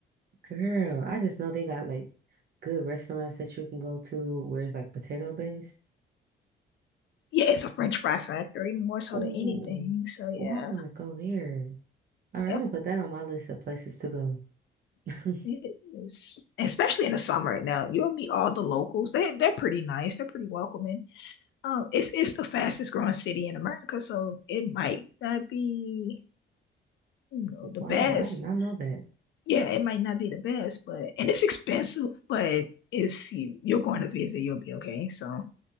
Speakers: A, on the right; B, on the left.
A: girl, I just know they got like good restaurants that you can go to where it's like potato based.
B: Yeah, it's a French fry factory more so
A: Oh,
B: than anything. So yeah.
A: oh, I want to go there. All right,
B: Yep.
A: I'm gonna put that on my list of places to go. <laughs>
B: It is. Especially in the summer. Now you'll meet all the locals. They they're pretty nice. They're pretty welcoming. um, it's it's the fastest growing city in America, so it might not be you know
A: Wow,
B: the best.
A: I did not know that.
B: Yeah, it might not be the best, but and it's expensive. But if you you're going to visit, you'll be okay. So